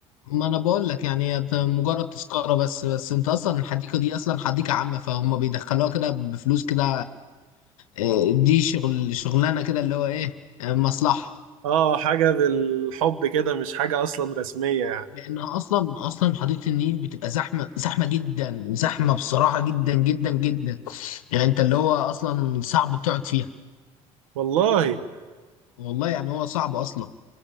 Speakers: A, on the left; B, on the right.
A: ما انا بقول لك يعني هي ت- مجرد تذكره بس بس انت اصلا الحديقه دي اصلا حديقه عامه فهم بيدخلوها كده بفلوس كده آه، دي شغل شغلانه كده اللي هو ايه آه، مصلحه
B: اه حاجة بالحب كده مش حاجة أصلا رسمية يعني
A: لانها اصلا اصلا حديقه النيل بتبقى زحمه زحمه جدا زحمه بصراحه جدا جدا جدا يعني انت اللي هو اصلا صعب تقعد فيها
B: والله
A: والله يعني هو صعب اصلا